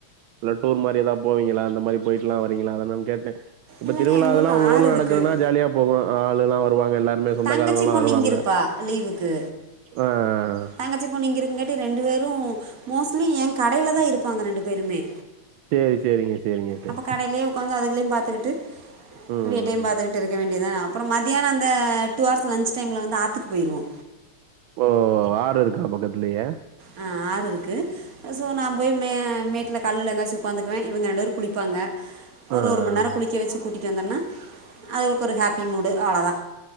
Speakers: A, on the right; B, on the right.
A: இல்ல டூர் மாரி எதா போவீங்களா அந்த மாரி போயிட்லா வரீங்ளா அதனா கேட்டே இப்ப
B: இல்லைங்க
A: திருவிழா
B: எங்கள்
A: இதுலா
B: ஊரில்
A: ஒங்க
B: ஆறு
A: ஊர்ல
B: இருக்குது
A: நடக்குதுன்னா ஜாலியா போகு ஆளுலா வருவாங்க எல்லாருமே சொந்தக்காரங்கலா
B: தங்கச்சி பொண்ணு
A: வருவாங்க
B: இங்கே இருப்பா லீவுக்கு
A: ஆ ஆ
B: தங்கச்சிப்பொண்ணு இங்க இருக்கங்காட்டு ரெண்டு வேரு மோஸ்ட்லி ஏ கடைலதா இருப்பாங்க ரெண்டு பேருமே
A: சேரி சேரிங்க சேரிங்க சேரி
B: அப்போ கடைலே ஒக்காந்து அதுகளயு பாத்துக்கிட்டு
A: ம்
B: வீட்டையு
A: ம்.
B: பாத்துக்கிட்டு இரு க்க வேண்டிதா அப்றோ மத்தியான அந்த டூ ஆர்ஸ் லன்ஞ்ச் டைம்ல வந்து ஆத்துக்கு போயிர்வோ
A: ஓ ஒ ஆறு இருக்கா பக்கத்லயே
B: ஆ ஆறுருக்கு சோ நா போயி மே மே ட்ல கல்லுல எங்காச்சு உக்காந்துக்குவே இவுங்க ரெண்டேரு குளிப்பாங்க ஒரு
A: ஆ ஆ.
B: ஒரு மண் நேரோ குளிக்க வச்சு கூட்டிட்டு வந்தன்னா அதுகளுக்கொரு ஹேப்பி மூடு அவளதா